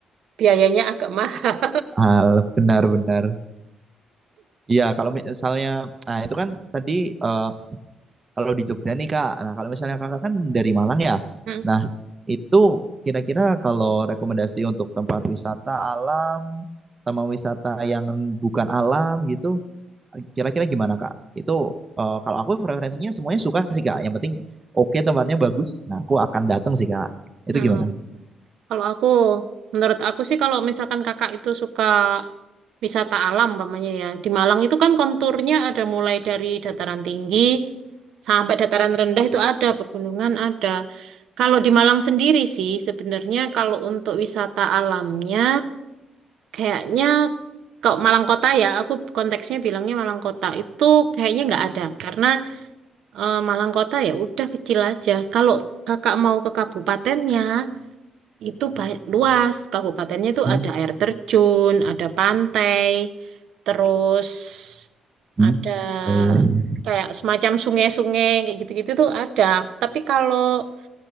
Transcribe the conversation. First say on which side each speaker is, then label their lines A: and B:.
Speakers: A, on the right (about 65°); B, on the right (about 20°).
A: biayanya agak mahal.
B: hal benar-benar. Iya, kalau misalnya, nah itu kan tadi eh, Kalau di Jogja nih Kak, nah kalau misalnya Kakak kan dari Malang ya,
A: Hmm.
B: nah itu kira-kira kalau rekomendasi untuk tempat wisata alam sama wisata yang bukan alam gitu, kira-kira gimana Kak? Itu eh, kalau aku preferensinya semuanya suka sih Kak, yang penting oke tempatnya bagus, nah aku akan datang sih Kak. Itu
A: Hmm.
B: gimana?
A: Kalau aku, menurut aku sih kalau misalkan kakak itu suka wisata alam, umpamanya ya, di Malang itu kan konturnya ada mulai dari dataran tinggi sampai dataran rendah itu ada, pegunungan ada. Kalau di Malang sendiri sih, sebenarnya kalau untuk wisata alamnya, kayaknya kalau Malang Kota ya, aku konteksnya bilangnya Malang Kota itu kayaknya nggak ada, karena eh, Malang Kota ya udah kecil aja. Kalau kakak mau ke kabupatennya, itu ba- luas, kabupatennya itu
B: Hmm,
A: ada air terjun, ada pantai, terus ada
B: hmm, iya, iya, iya.
A: kayak semacam sungai-sungai kayak gitu-gitu tuh ada. Tapi kalau